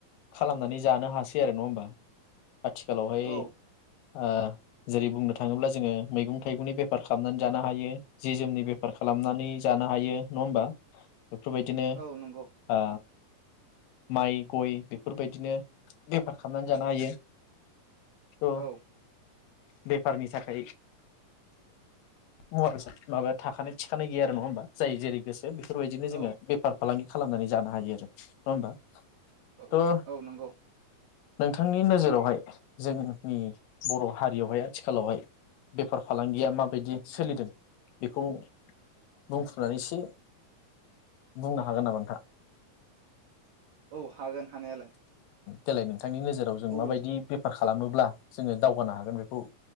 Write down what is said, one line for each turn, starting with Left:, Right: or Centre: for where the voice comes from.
Left: खालामनानै जानो हासै आरो नङा होमबा आथिखालावहाय
Right: औ
Left: ओ जेरै बुंनो थाङोब्ला जोङो मैगं थाइगंनि बेफार खालामनानै जानो हायो जि जोमनि बेफार खालामनानै जानो हायो नङा होमबा? बेफोरबायदिनो
Right: औ नंगौ
Left: आ माइ गय बेफोरबायदिनो बेफार खालामनानै जानो हायो थ'
Right: औ
Left: बेफारनि थाखाय मुवा बेसाद माबा थाखानाय थिखानाय गैया आरो नङा होमबा जाय जेरै गोसो बेफोरबायदिनो जोङो
Right: औ
Left: बेफार फालांगि खालामनानै जानो हायो आरो नङा होमबा?
Right: औ
Left: थ'
Right: औ नंगौ
Left: नोंथांनि नोजोरावहाय जोंनि बर' हारियावहाय आथिखालावहाय बेफार फालांगिया माबायदि सोलिदों बेखौ बुंफ्रुनानै एसे बुंनो हागोन नामा आ
Right: औ हागोन हानायालाय
Left: देलाय नों बिथांनि नोजोराव जों
Right: औ
Left: माबायदि बेफार खालामोब्ला जोङो दावगानो हागोन बेखौ